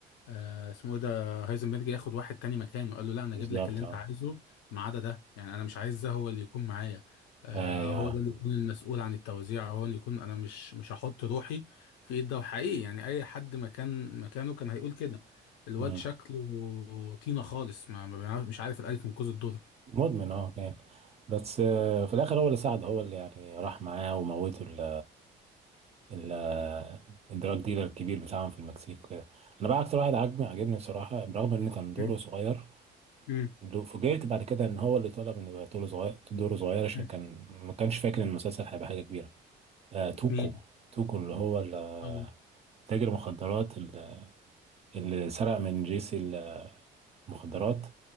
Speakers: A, on the left (about 90°); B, on the right (about 35°).
A: آه اسمه ايه ده هايزنبرج ياخد واحد تاني مكانه قال له لا انا
B: بالظبط
A: اجيب لك اللي انت
B: اه
A: عايزه ما عدا ده يعني انا مش عايز ده هو اللي يكون معايا آه
B: ايوه
A: هو ده اللي يكون المسؤول عن التوزيع هو اللي يكون انا مش مش هحط روحي في ايد ده وحقيقي يعني اي حد مكان مكانه كان هيقول كده الواد
B: مم.
A: شكله طينة خالص ما ما بيعرف- مش عارف الالف من كوز الدودة
B: مدمن اه كان بس آه، في الاخر هو اللي ساعده هو اللي يعني راح معاه وموته ال ال الدراج ديلر الكبير بتاعهم في المكسيك وكده انا بقى اكتر واحد عجبني عجبني بصراحة برغم ان كان دوره
A: مم.
B: صغير
A: مم.
B: ولو فوجئت بعد كده ان هو اللي طلب ان يبقى دوره صغير دوره صغير عشان
A: مم.
B: كان ما كانش فاكر ان المسلسل هيبقى حاجه كبيره آه توكو
A: مين
B: توكو اللي هو ال- آه،
A: آه.
B: تاجر مخدرات ال- اللي سرق من جيسي ال- آه، المخدرات